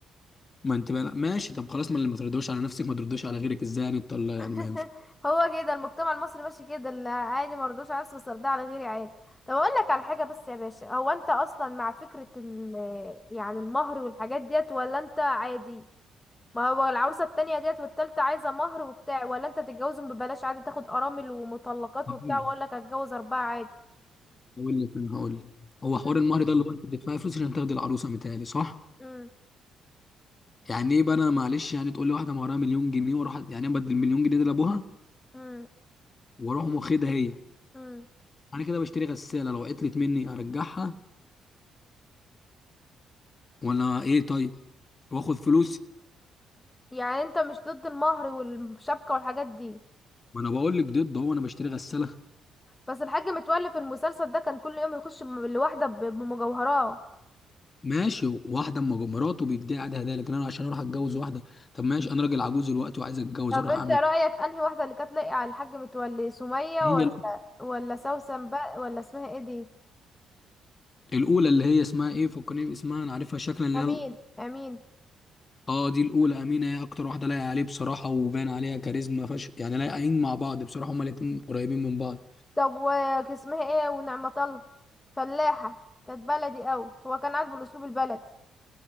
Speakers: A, on the left (about 35°); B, on the left (about 15°).
A: ما انت بقى ماشي طب خلاص ما اللي ما تردوش على نفسك ما تردوش على غيرك ازاي يعني انت يعني
B: <laughs>
A: ما
B: هو كده المجتمع المصري ماشي كده اللي عادي ما رضوش على نفسي بس ارضى على غيري عادي طب اقول لك على حاجة بس يا باشا هو انت اصلا مع فكرة ال يعني المهر والحاجات ديت ولا انت عادي ما هو العروسة التانية ديت والتالتة عايزة مهر وبتاع ولا انت تتجوزهم ببلاش عادي تاخد ارامل ومطلقات
A: ينفعش
B: وبتاع واقول لك هتجوز اربعة عادي
A: هقول لك انا هقول لك هو حوار
B: مم.
A: المهر ده اللي هو انت بتدفعي فلوس عشان تاخدي العروسه متهيألي صح؟
B: امم
A: يعني ايه بقى انا معلش يعني تقول لي واحده مهرها مليون جنيه واروح أ- يعني انا بدي المليون جنيه دي لابوها
B: امم
A: واروح أقوم واخدها هي
B: امم
A: انا كده بشتري غساله لو عطلت مني ارجعها ولا ايه طيب؟ واخد فلوس
B: يعني انت مش ضد المهر والشبكة والحاجات دي
A: ما انا بقول لك ضد هو انا بشتري غساله
B: بس الحاج متولي في المسلسل ده كان كل يوم يخش بم- لواحدة ب- بمجوهرات
A: ماشي واحده اما جو- مراته بيديها عادي هدايا لكن انا عشان اروح اتجوز واحده طب ماشي انا راجل عجوز دلوقتي وعايز اتجوز
B: طب
A: اروح
B: انت
A: اعمل
B: رأيك
A: إيه؟
B: انهي واحدة اللي كانت لايقة على الحاج متولي سمية ولا
A: هي ال-
B: ولا سوسن بقى ولا اسمها ايه دي
A: الاولى اللي هي اسمها ايه فكرني اسمها انا عارفها شكلا اللي
B: امين
A: هي
B: امين
A: اه دي الاولى امينه هي اكتر واحده لايقه عليه بصراحه وبان عليها كاريزما فش يعني لايقين مع بعض بصراحه هما الاتنين قريبين من بعض
B: طب وك- اسمها ايه ونعمة الله فلاحة كانت بلدي قوي هو كان عاجبه الاسلوب البلدي